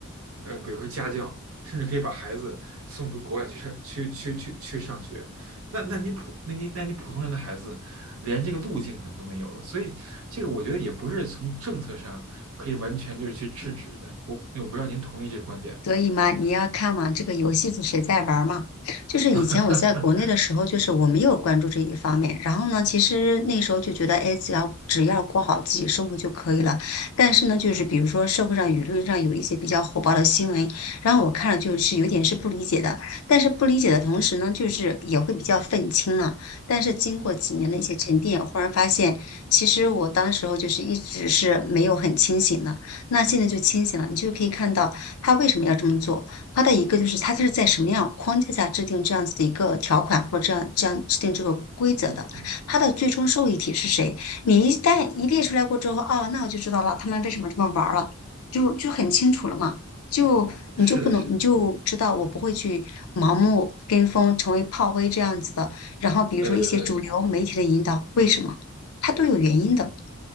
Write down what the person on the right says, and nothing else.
呃，比如说家教，甚至可以把孩子送回国外去上去去去去上学。那那你普那你那你普通人的孩子，连这个路径可能都没有了。所以这个我觉得也不是从政策上可以完全就是去制止的。我我不知道您同意这个观点吗？
<laughs>
嗯
嗯嗯，
是的，是的。
呃，嗯，